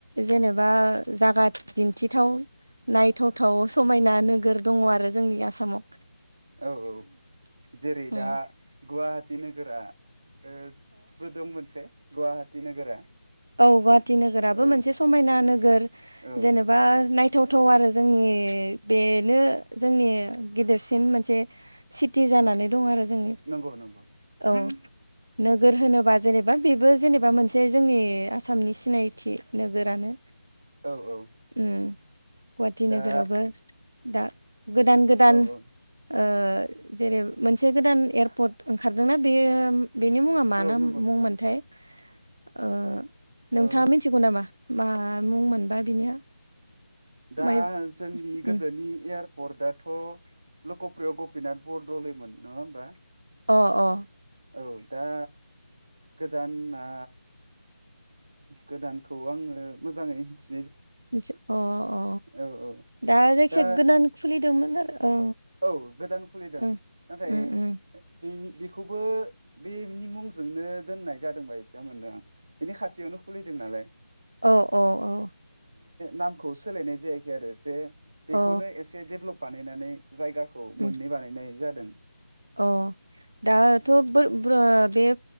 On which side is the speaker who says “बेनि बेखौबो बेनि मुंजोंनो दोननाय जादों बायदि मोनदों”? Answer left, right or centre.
Right